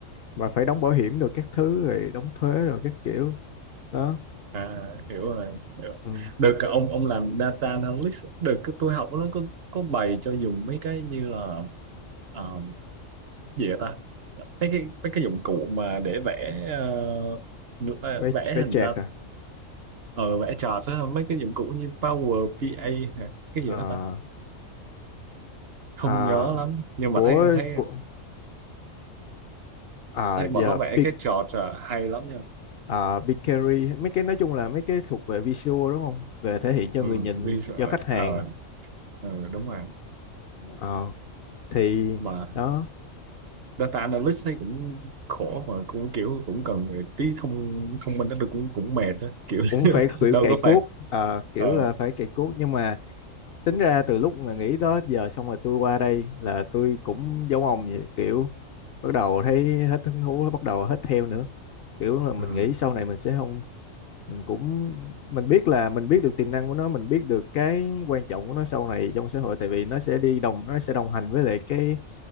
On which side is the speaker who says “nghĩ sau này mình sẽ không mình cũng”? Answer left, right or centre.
Left